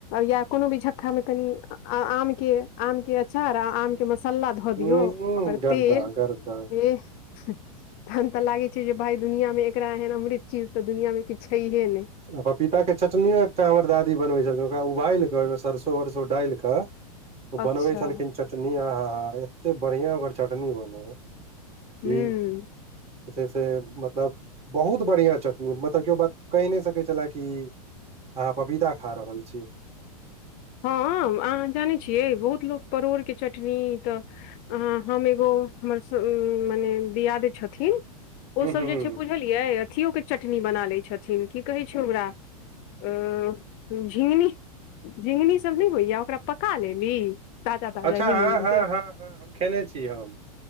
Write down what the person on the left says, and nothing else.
या कोनो भी झक्कामे कनि आम के आम के अचार आ आम के मसाला धऽ दियौ
ओकर
तेल
बेस तहन तऽ लागे छैय जे भाय दुनिया मे एकरा एहन अमृत चीज तऽ दुनिया मे किछु छैहे नै।
अच्छा
हूं।
हँ अहाँ जानै छियै बहुत लोक परोड़के चटनी तऽ अ हम एगो हमर स मने दियादे छथिन ओ
सब
जे छै बूझ बुझलियै अथियोके चटनी बना लै छथिन की कहैत छै ओकरा अ झींगनी झिंगनी सब नहि होइया ओकरा पका लेली ताजा ताजा
झिंगनी
के